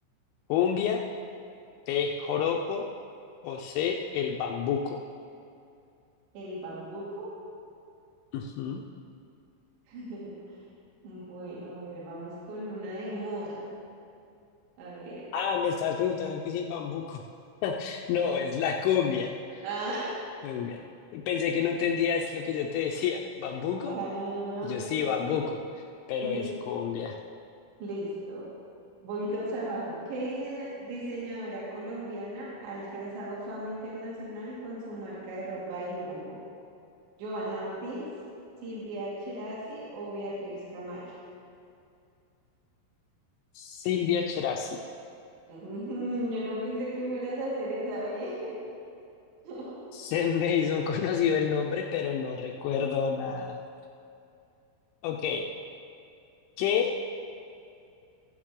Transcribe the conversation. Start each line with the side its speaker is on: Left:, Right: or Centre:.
Left: ¿Cumbia, B. Joropo o C. El Bambuco?
Right: ¿El bambuco?
Left: Ujú.
Right: <laughs> Bueno, a ver, vamos con una de moda. A ver.
Left: Ah, me estabas preguntando qué es el bambuco. <laughs> No, es la cumbia,
Right: Ah,
Left: cumbia. Pensé que no entendías lo que yo te decía. ¿Bambuco?
Right: Ah,
Left: Y yo
Right: ok,
Left: sí, bambuco,
Right: ok.
Left: pero
Right: <laughs>
Left: es cumbia.
Right: Listo. Voy dos abajo. ¿Qué dicen, diseñadora colombiana ha alcanzado fama internacional con su marca de ropa de lujo? ¿Joana Ortiz, Silvia Cherasi o Beatriz Camacho?
Left: Silvia Cherasi.
Right: Ujú, yo no pensé que fueras a hacer esa bien. <laughs>
Left: Se me hizo conocido el nombre, pero no recuerdo nada. Ok, ¿qué